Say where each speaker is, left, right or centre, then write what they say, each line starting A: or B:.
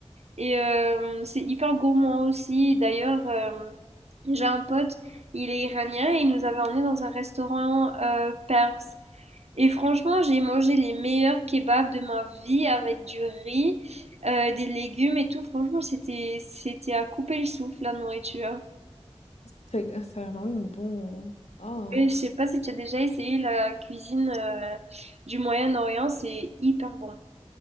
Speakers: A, on the right; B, on the left.
A: Et euh, c'est hyper gourmand aussi. D'ailleurs, euh, j'ai un pote, il est iranien et il nous avait emmené dans un restaurant euh, perse. Et franchement, j'ai mangé les meilleurs kebabs de ma vie avec du riz, euh, des légumes et tout. Franchement, c'était, c'était à couper le souffle, la nourriture.
B: c'est ça a l'air vraiment bon. hein. Oh,
A: Et je sais pas si tu as déjà essayé la cuisine euh, du Moyen-Orient, c'est hyper bon.